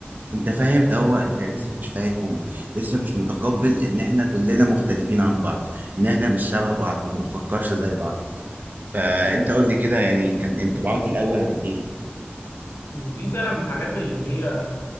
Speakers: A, on the right; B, on the left.
A: انت فاهم ده هو انت لسه مش فاهمهم لسه مش متقبل ان احنا كلنا مختلفين عن بعض ان احنا مش شبه بعض ما بنفكرش زي بعض فانت قول لي كده يعني كان انطباعك الاول عن ايه
B: دي فعلا من الحاجات اللي هي